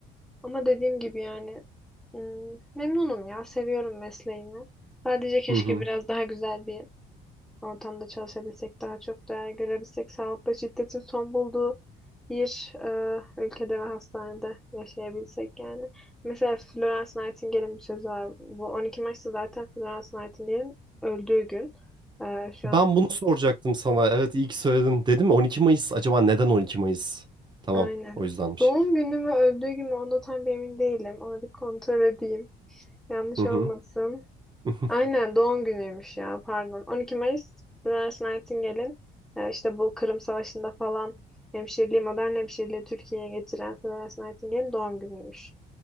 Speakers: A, in the centre; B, on the right.
A: Ama dediğim gibi yani ım, memnunum ya. Seviyorum mesleğimi. Sadece keşke
B: Hı hı.
A: biraz daha güzel bir Ortamda çalışabilsek, daha çok değer görebilsek, sağlıkta şiddetin son bulduğu bir e, ülkede ve hastanede yaşayabilsek yani. Mesela Florence Nightingale'in bir sözü var. Bu 12 Mayıs'ta zaten Florence Nightingale'in öldüğü gün. E, şu
B: Ben
A: an
B: bunu soracaktım sana. Evet iyi ki söyledin. Dedim mi 12 Mayıs? Acaba neden 12 Mayıs? Tamam,
A: aynen.
B: o yüzdenmiş.
A: Doğum günü mü öldüğü gün mü onda tam bir emin değilim. Onu bir kontrol edeyim. Yanlış
B: Hı
A: olmasın.
B: hı. <laughs>
A: Aynen doğum günüymüş ya pardon. 12 Mayıs Florence Nightingale'in e, işte bu Kırım Savaşı'nda falan hemşireliği, modern hemşireliği Türkiye'ye getiren Florence Nightingale'in doğum günüymüş.